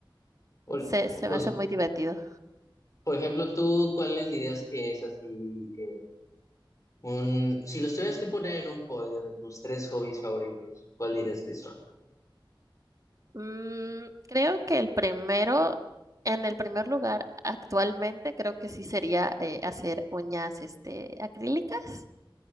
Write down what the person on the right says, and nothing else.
Se, se me
hace
muy divertido.
Mm, creo que el primero, en el primer lugar actualmente, creo que sí sería eh, hacer uñas este, acrílicas.